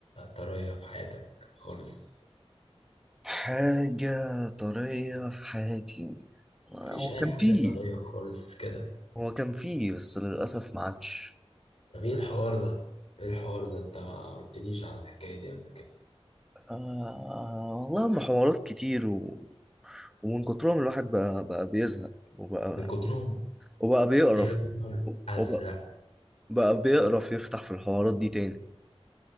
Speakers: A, on the left; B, in the centre.
A: طرية في حياتك خالص
B: حاجة طرية في حياتي هو
A: مفيش أي
B: كان
A: حاجة
B: فيه
A: طرية خالص كده
B: هو كان فيه بس للأسف ما عادش
A: طب ايه الحوار ده؟ ايه الحوار ده انت ما قلتليش عن الحكاية دي قبل كده
B: آه والله هم حوارات كتير و... ومن كترهم الواحد بقى بقى بيزهق وبقى
A: من كترهم
B: وبقى بيقرف
A: يا نهار أزرق
B: وبقى بقى بيقرف يفتح في الحوارات دي تاني